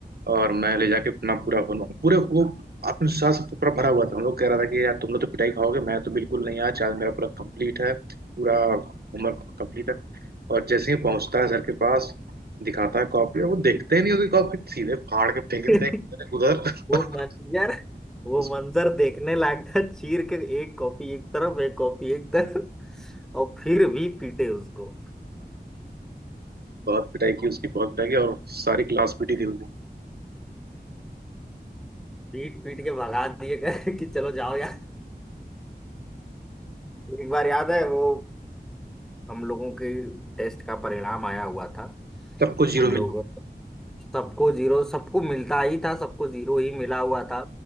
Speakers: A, on the right; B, in the centre.
A: और मैं ले जाके अपना पूरा बनू पूरे वो आत्मविश्वास से पूरा भरा हुआ था हम लोग कह रहा था कि यार तुम लोग तो पिटाई खाओगे मैं तो बिल्कुल नहीं आज आज मेरा पूरा कंप्लीट है पूरा होमवर्क कंप्लीट है और जैसे ही पहुंचता है सर के पास दिखाता है कॉपी और वो देखते ही नहीं उसकी कॉपी सीधे फाड़ के फेंक
B: <laughs>
A: देते हैं उधर उधर।
B: वो
A: <laughs>
B: मंजर वो
A: उसको
B: मंजर देखने लायक था चीर के एक कॉपी एक तरफ एक कॉपी एक तरफ और फिर भी पीटे उसको
A: बहुत पिटाई की उसकी बहुत पिटाई की और सारी क्लास पीटी थी उसको
B: पीट पीट के भगा दिए कहे कि चलो जाओ यार एक बार याद है वो हम लोगों के टेस्ट का परिणाम आया हुआ था
A: सबको जीरो
B: हम लोग
A: मिला
B: सबको जीरो सबको मिलता ही था सबको जीरो ही मिला हुआ था